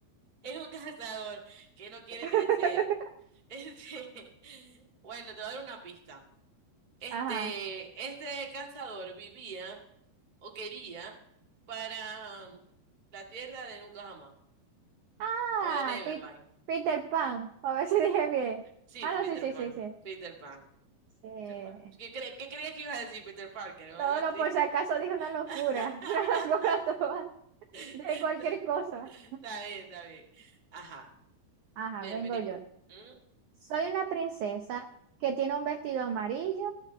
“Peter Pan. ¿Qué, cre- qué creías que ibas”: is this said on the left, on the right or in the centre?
Right